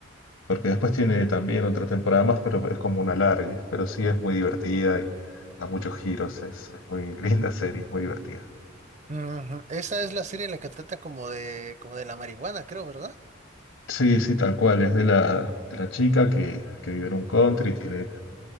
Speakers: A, on the left; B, on the right.
A: Porque después tiene también otra temporada más, pero es como una larga, pero sí es muy divertida y da muchos giros, es, es muy <laughs> linda serie, es muy divertida.
B: ujú. Esa es la serie en la que trata como de, como de la marihuana, creo, ¿verdad?
A: Sí, sí, tal cual. Es de la, de la chica que, que vive en un country, tiene,